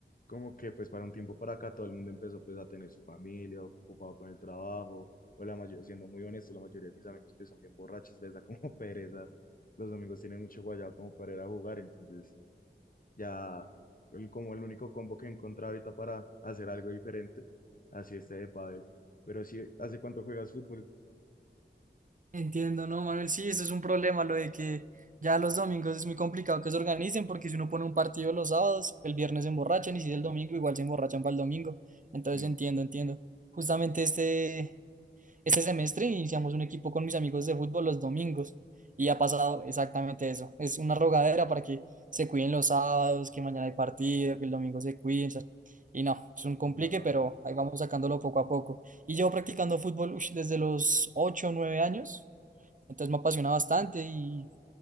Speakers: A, on the left; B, on the right.
A: como que pues para un tiempo para acá todo el mundo empezó pues a tener su familia, ocupado con el trabajo, o la mayoría, siendo muy honesto, la mayoría de mis amigos que son bien borrachos les da como <laughs> pereza. Los amigos tienen mucho guayado como para ir a jugar, entonces ya el- como el único combo que encontré ahorita para hacer algo diferente, así este de pádel. Pero si ¿hace cuánto juegas fútbol?
B: Entiendo, ¿no, Manuel? Sí, eso es un problema, lo de que ya los domingos es muy complicado que se organicen porque si uno pone un partido los sábados, el viernes se emborrachan y si es el domingo, igual se emborrachan para el domingo. Entonces
A: Mm,
B: entiendo, entiendo. Justamente este, este semestre iniciamos un equipo con mis amigos de fútbol los domingos y ha pasado exactamente eso. Es una rogadera para que se cuiden los sábados, que mañana hay partido, que el domingo se cuiden. o sea, Y no, es un complique,
A: no,
B: pero ahí vamos sacándolo poco a poco. Y llevo practicando fútbol ush, desde los 8 o 9 años. Entonces me apasiona bastante y